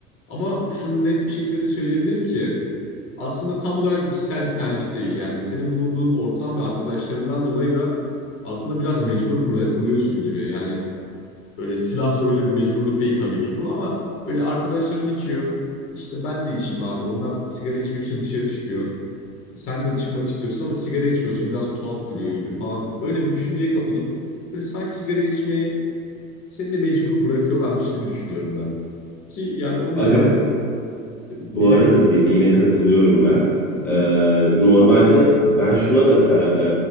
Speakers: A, on the left; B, in the centre.
A: Ama şunu net bir şekilde de söyleyebilirim ki aslında tam olarak kişisel bir tercih değil. Yani senin bulunduğun ortam ve arkadaşlarından dolayı da aslında biraz mecbur bırakılıyorsun gibi. Yani Böyle silah zoruyla bir mecburluk değil tabii ki bu ama böyle arkadaşların içiyor. İşte ben de içeyim abi. Onlar sigara içmek için dışarı çıkıyor. Sen de çıkmak istiyorsun ama sigara içmiyorsun. Biraz tuhaf duruyor gibi falan. Böyle bir düşünceye kapılıp böyle sanki sigara içmeyi seni de mecbur bırakıyorlarmış gibi düşünüyorum ben. Ki yani onun
B: Aga
A: yerine bilemiyorum
B: Bu arada dediğine
A: ya.
B: katılıyorum ben. Ee, normalde ben şuna da kara, e,